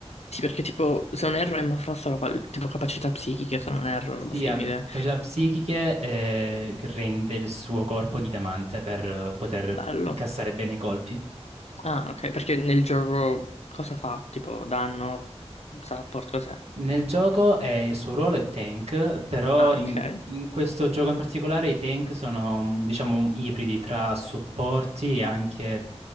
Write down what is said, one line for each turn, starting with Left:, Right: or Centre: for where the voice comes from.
Left: Sì, perché tipo, se non erro, Emma Frost aveva qual- tipo capacità psichiche, se non erro,
Right: Sì,
Left: roba simile.
Right: ha capacità psichiche eh, che rende il suo corpo di diamante per eh, poter
Left: Bello.
Right: incassare bene i colpi.
Left: Ah, ok, perché nel gioco cosa fa? Tipo, danno, support, cos'è?
Right: Nel gioco eh, il suo ruolo è tank, però
Left: Ah,
Right: in,
Left: ok.
Right: in questo gioco in particolare i tank sono, mm, diciamo, ibridi tra supporti e anche,